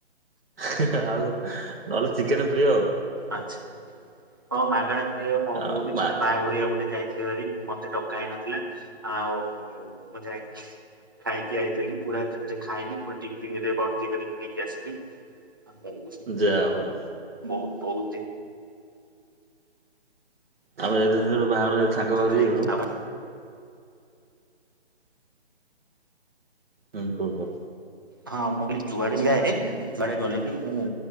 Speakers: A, on the right; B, on the right.
A: ହେ-ହେ ଆଉ ନହେଲେ ଚିକେନ୍ ପ୍ରିୟ ଆଉ।
B: ଆଚ୍ଛା, ହଁ ମାଗେଣା ମିଳେ
A: ଆଉ
B: ମୁଁ ବି
A: ମାଛ
B: ଥରେ ବାହାଘରିଆ ଗୋଟେ ଯାଇ ଥିଲି <unintelligible> ମତେ ଡକା ହେଇନଥିଲା ଆଉ ମୁଁ ଯାଇ ଖାଇକି ଆଇଥିଲି ପୁରା ସେଥିରେ ଖାଇଲି ପୁରା ଟିଫିନ୍ ରେ ଭର୍ତ୍ତି କରିକି ନେଇକି ଆସିଲି। ହଉଛି
A: ଯା ହଉ
B: ବହୁତ ବହୁତ୍ ଦେ
A: ଆମେ ସେମିତି ଗୋଟେ ବାହାଘର ସାଙ୍ଗ
B: ତ
A: ବାହାଘରକୁ
B: ଖାଇକି
A: ଯାଇଥିଲୁ
B: <inaudible>
A: ହୁଁ କୁହ?
B: ହଁ ମୁଁ କହିଲି ଯୁଆଡେ ଯାଏ ଯୁଆଡେ ଗଲେ ବି ମୁଁ